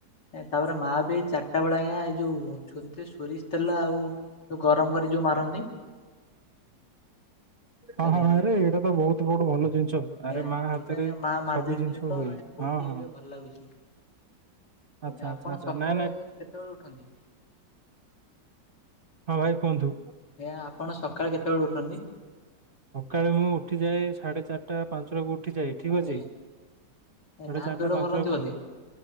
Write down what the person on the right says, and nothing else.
ହଁ
ହଁ ଆରେ ଏଇଟା ତ ବହୁତ ବଡ ଭଲ ଜିନିଷ। ଆରେ
ମା
ହାତରେ
ସବୁ
ଜିନିଷ
ହୁଏ
ହଁ
ହଁ
ଆଚ୍ଛା
ଆଚ୍ଛା ଆଚ୍ଛା
ନାଇଁ ନାଇଁ
ହଁ ଭାଇ କୁହନ୍ତୁ।
ସକାଳେ ମୁଁ ଉଠିଯାଏ ସାଢେ ଚାରିଟା ପାଞ୍ଚଟାକୁ ଉଠି ଯାଏ ଠିକ ଅଛି।
ସାଢେ
ଚାରିଟା
ପାଞ୍ଚଟାକୁ